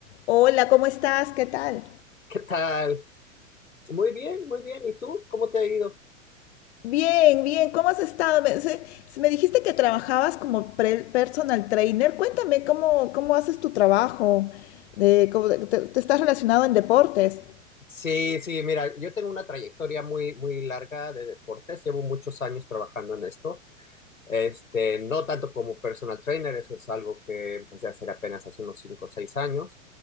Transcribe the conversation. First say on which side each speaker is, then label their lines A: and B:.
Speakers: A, on the left; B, on the left.
A: Hola, ¿cómo estás? ¿Qué tal?
B: ¿Qué tal? Muy bien, muy bien. ¿Y tú? ¿Cómo te ha ido?
A: Bien, bien, ¿cómo has estado? Me, se- se- me dijiste que trabajabas como pre- personal trainer. Cuéntame, ¿cómo, cómo haces tu trabajo? De, cómo- te, te estás relacionado en deportes?
B: Sí, sí, mira, yo tengo una trayectoria muy, muy larga de deportes. Llevo muchos años trabajando en esto. Este, no tanto como personal trainer, eso es algo que empecé a hacer apenas hace unos cinco, o 6 años.